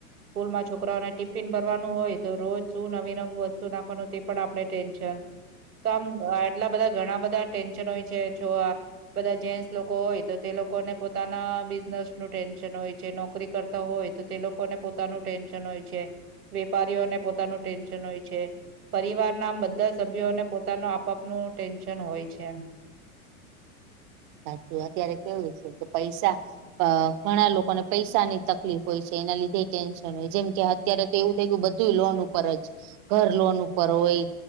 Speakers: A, on the right; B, on the right.
A: સ્કૂલ માં છોકરાઓને ટિફિન ભરવાનું હોય તો રોજ શું નવીન. નવું વસ્તુ નાખવાનું તે પણ આપણે ટેન્શન. તો આમ આટલા બધા ઘણા બધા ટેન્શન હોય છે જોવા. બધા જેન્ટસ લોકો હોય તો તે લોકોને પોતાના બિઝનેસ નું ટેન્શન હોય છે નોકરી કરતા. તો હોય તો તે લોકોને પોતાનું ટેન્શન હોય છે વેપારીઓને પોતાનું ટેન્શન. ટેન્શન હોય છે પરિવાર ના આમ બધા સભ્યોને પોતાનું આપ આપનું ટેન્શન હોય છે એમ.
B: સાચું અત્યારે કેવું છે કે પૈસા. અ ઘણા લોકોને પૈસાની તકલીફ હોય છે એના લીધે ટેન્શન હોય જેમ કે અત્યારે. એવું થઈ ગયું બધું લોન ઉપર જ ઘર લોન ઉપર હોય.